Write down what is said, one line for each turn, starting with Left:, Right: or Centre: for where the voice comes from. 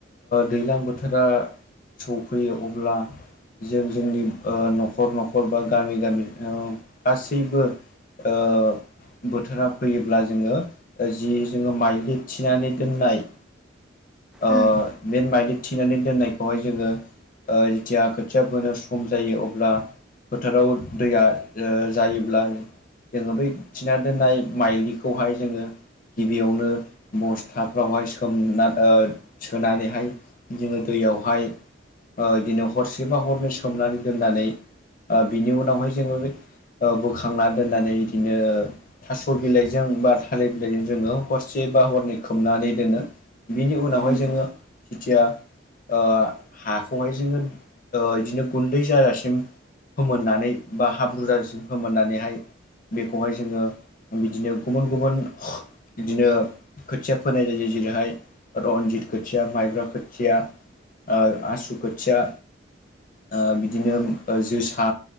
Left: दैज्लां बोथोरा सौफैयो अब्ला जों जोंनि न'खर न'खर बा गामि गामि गासैबो ओ बोथोरा फैयोब्ला जोंङो जि जोंङो माइलि थिनानै दोननाय ओ
Centre: ओं
Left: बे माइज्लि थिनानै दोननायखौहाय जोंङो ओ जेथिया खोथिया फोनो सम जायो अब्ला फोथाराव दैया ओ जायोब्ला जोङो बै थिना दोननाय माइलिखौहाय जोङो गिबियावनो बस्थाफ्रावहाय सोमना ओ सोनानैहाय जोङो दैयावहाय ओ इदिनो हरसेबा हरनै सोमनानै दोननानै ओ बिनि उनावहाय जोङो बोखांना दोननानै बिदिनो थास' बिलाइजों बा थालिर बिलाइजों जोङो हरसे बा हरनै खोमनानै दोनो। बिनि उनावहाय
Centre: उम
Left: जोङो जिथिया। ओ हाखौहाय ओ इदिनो गुन्दै जाजासिम मोननानै बा हाब्रुजसिम मोननानैहाय बेखौहाय जोंङो बिदिनो गुबुन गुबुन बिदिनो खोथिया फोनाय जायो जेरैहाय रनजित खोथिया माइब्रा खोथिया ओ आसु खोथिया। ओ बिदिनो
Centre: औ
Left: जोसा।